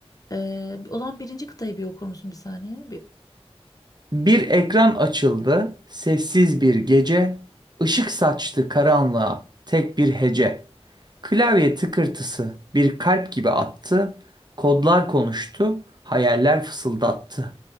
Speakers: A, on the left; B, on the right.
A: Ee, o zaman birinci kıtayı bir okur musun bir saniye? Bir...
B: Bir ekran açıldı, sessiz bir gece, ışık saçtı karanlığa tek bir hece. Klavye tıkırtısı bir kalp gibi attı. Kodlar konuştu, hayaller fısıldattı.